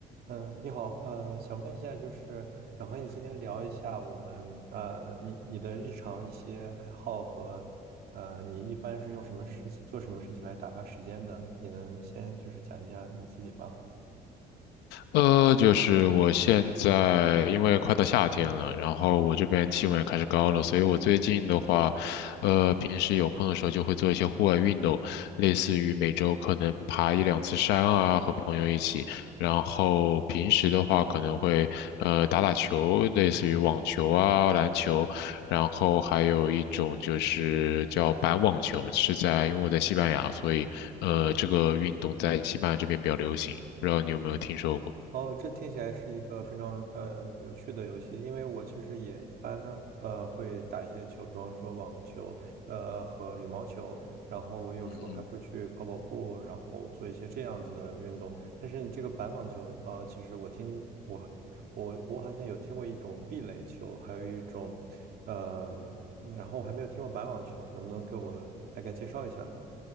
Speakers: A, on the right; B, on the left.
A: 嗯，你好，呃，想问一下，就是想和你今天聊一下我们呃，你你的日常一些爱好和呃，你一般是用什么事情做什么事情来打发时间的？你能先就是讲一下你自己吗？
B: 呃，就是我现在因为快到夏天了，然后我这边气温也开始高了，所以我最近的话，呃，平时有空的时候就会做一些户外运动，类似于每周可能爬一两次山啊，和朋友一起，然后平时的话可能会呃打打球，类似于网球啊、篮球，然后还有一种就是叫板网球，是在因为我在西班牙，所以呃这个运动在西班牙这边比较流行，不知道你有没有听说过？
A: 哦，这听起来是一个非常呃有趣的游戏，因为我其实也一般呃会打一些球，比方说网球，呃和羽毛球，然后我有时候还会去跑跑步，
B: 嗯，
A: 然后做一些这样子的运动。但是你这个板网球，呃，其实我听我我我好像有听过一种壁垒球，还有一种，呃嗯、然后我还没有听过板网球，你能不能给我大概介绍一下呢？